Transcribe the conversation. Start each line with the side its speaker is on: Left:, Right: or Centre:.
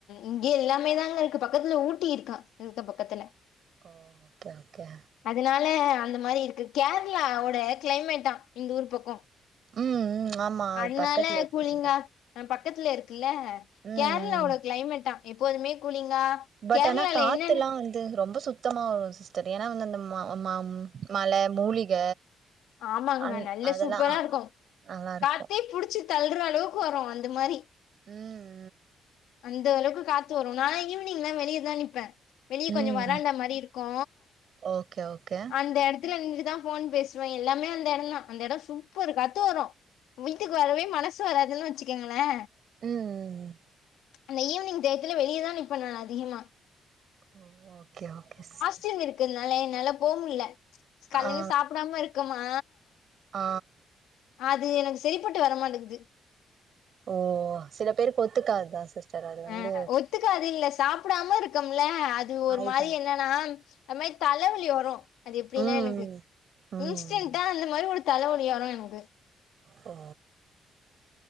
Left: இங்கே எல்லாமே தாங்க இருக்கு பக்கத்துல ஊட்டி இருக்கா இந்தபக்கத்துல
Right: ஓ ஓகே ஓகே
Left: அதனால அந்த மாறி இருக்கு கேரளாவோட கிளைமேட்டா இந்த ஊர் பக்கோ
Right: ம் ம் ஆமா அது
Left: அதனால
Right: பக்கத்துல இருக்குங்க
Left: கூலிங்கா பக்கத்துல இருக்குல்ல
Right: ம்
Left: கேரளாவோட
Right: ம்
Left: கிளைமேட்டா எப்போதுமே கூலிங்கா
Right: பட்
Left: கேரளால
Right: ஆனா காத்தெல்லா
Left: என்னென்ன
Right: வந்து ரொம்ப சுத்தமா வரும் சிஸ்டர் ஏன்னா வந்து அந்த மா மா மா மல மூலிக
Left: ஆமாங்க
Right: அந்
Left: நல்ல
Right: அதெல்லா
Left: சூப்பரா இருக்கு
Right: நல்லாருக்கு
Left: காத்தே புடிச்சி தள்ற அளவுக்கு வரு அந்த மாறி
Right: ம்
Left: அந்த அளவுக்கு காத்து வரு நா ஈவினிங்லா வெளியேதா நிப்பே வெளியே
Right: ம்
Left: கொஞ்சோ
Right: ம்
Left: வராண்ட
Right: ம்.
Left: மாறி இருக்கு
Right: ஓகே ஓகே
Left: அந்த எடத்துல நின்ட்டுதா ஃபோன் பேஸ் சுவே எல்லாமே அந்த எடம் தா அந்த எசோ சூப்பர் காத்து வரு வீட்டுக்கு வரவே மன சு வராதுனு வச்சுக்கோங்களே
Right: ம் ம் ம்
Left: அந்த ஈவினிங் டயத்துல வெளியதா நிப்பே நானு அதிகமா
Right: ஓ ஓகே ஓகே சிஸ்
Left: சின்னு இருக்குனால என்னால போ முல்ல கால்ருந்து
Right: ஆ
Left: சாப்புடாம இருக்கமா
Right: ஆ
Left: அது எனக்கு செரிப்பட்டு வரமாட்டக்குது
Right: ஓ சில பேருக்கு ஒத்துக்காது தா சிஸ்டர் அது வந்து
Left: ஆ ஒத்துக்காது இல்ல சிஸ் சாப்புடாம இருக்கம்ல அது ஒரு
Right: அதுதா
Left: மாறி என்ன நா அது மாறி தலவலி வரு அது எப்டின்னா
Right: ம்
Left: எனக்கு
Right: ம்
Left: இன்ஸ்டென்டா
Right: ம்
Left: அந்த மாறி ஒரு தலவலி வரு எனக்கு
Right: ஓ